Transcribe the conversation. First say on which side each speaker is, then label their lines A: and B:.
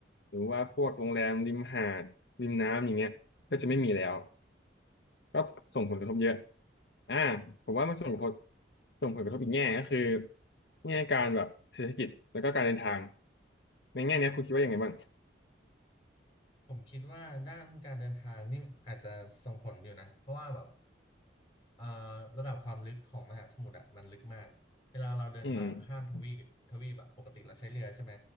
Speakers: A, on the left; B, on the left.
A: หรือว่าพวกโรงแรมริมหาดริมน้ำอย่างเงี้ยก็จะไม่มีแล้ว
B: อืม
A: ก็ส่งผลกระทบเยอะอ่าผมว่ามันส่งผลส่งผลกระทบอีกแง่ก็คือแง่การแบบเศรษฐกิจแล้วก็การเดินทางในแง่เนี้ยคุณคิดว่ายังไงบ้าง
B: อืม ผมคิดว่าด้านการเดินทางนี่อาจจะส่งผลอยู่นะเพราะว่าแบบเอ่อระดับความลึกของมหาสมุทรอะมันลึกมากเวลาเราเดินทางข้ามทวีปทวีปอะปกติเราใช้เรือใช่ไหม
A: อืม